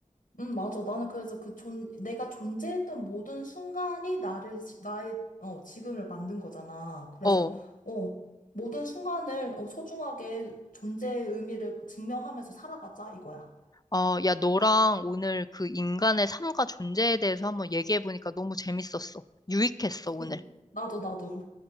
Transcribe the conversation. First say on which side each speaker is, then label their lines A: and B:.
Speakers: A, on the left; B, on the left.
A: 응, 맞아. 나는 그래서 그 존, 내가 존재했던 모든 순간이 나를, 지- 나의, 어, 지금을 만든 거잖아. 그래서,
B: 어.
A: 어, 모든 순간을, 어, 소중하게 존재의 의미를 증명하면서 살아가자, 이거야.
B: 어, 야, 너랑 오늘 그 인간의 삶과 존재에 대해서 한번 얘기해보니까 너무 재밌었어. 유익했어, 오늘.
A: 응, 나도, 나도.